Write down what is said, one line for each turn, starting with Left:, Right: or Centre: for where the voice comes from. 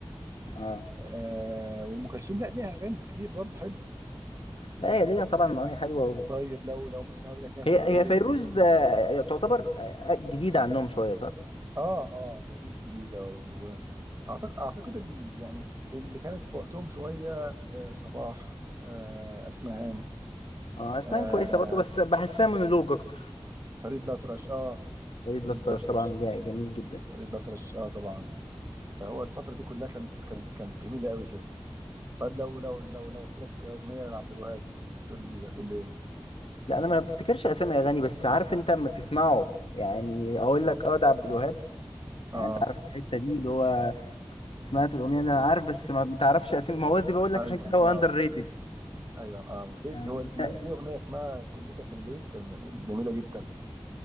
Left: اه
Right: آه وام كلثوم لا ليها اغاني كتير برضه حلو
Left: لا هي ليها طبعا اغاني حلوه و...
Right: طيب لو لو مثلا هقول لك مثلا
Left: هي
Right: قول
Left: هي
Right: لي
Left: فيروز
Right: أغنية-
Left: آه، تعتبر آه، جديده عنهم شويه صح؟
Right: اه اه فيروز جديده واعتقد اعتقد ال... يعني اللي كانت في وقتهم شويه آه صباح آه اسمهان
Left: اه اسنان
Right: آه
Left: كويسه برضه بس بحسها مونولوج اكتر
Right: فريد الأطرش اه
Left: فريد
Right: فريد
Left: الأطرش
Right: الأطرش
Left: طبعا جا- جميل جدا
Right: فريد الأطرش اه طبعا فهو الفترة دي كلها كانت كانت كانت جميلة قوي كده طيب لو لو لو لو قلت لك أغنية لعبد الوهاب هتقول لي هتقول لي إيه؟
Left: لا انا ما بفتكرش اسامي اغاني بس عارف انت اما تسمعه يعني اقول لك اه ده عبد الوهاب يعني
Right: آه
Left: انت عارف الحته دي اللي هو سمعت الاغنيه دي انا عارف بس ما بتعرفش اسامي ما هو دي بقول لك
Right: أيوه
Left: عشان كده هو
Right: آه
Left: اندر ريتد
Right: أيوه آه في
Left: يعني
Right: هو ليه
Left: لا-
Right: ليه أغنية اسمها كل ده كان ليه كان جميلة جدا